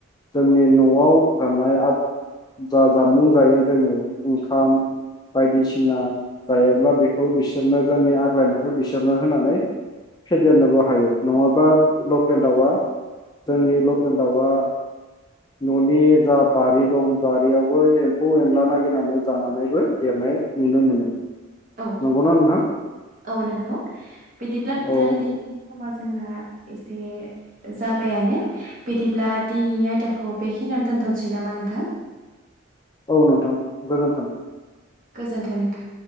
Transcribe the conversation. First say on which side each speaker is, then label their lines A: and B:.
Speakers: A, on the left; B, on the right.
A: जोंनि न'आव गाननाय आ जा जामुं जायो जोङो ओंखाम बायदिसिना जायोब्ला बेखौ बिसोरनो जोंनि आग्लायनायखौ बिसोरनो होनानै फेदेरनोबो हायो नङाबा लकेल दाउआ जोंनि लकेल दाउआ न'नि जा बारि दं बारियावबो एम्फौ एनला नागिरनानै जानानैबो देरनाय नुनो मोनो।
B: औ
A: नंगौना नोंथां?
B: औ नंगौ बिदिब्ला नोंथां
A: औ
B: दिनै समा जोंना एसे जाबायानो। बिदिब्ला दिनैनि आयदाखौ बेखिनियावनो दोनथ'नोसै नामा नोंथां?
A: औ नोंथां गोजोनथों।
B: गोजोन्थो नोंथा।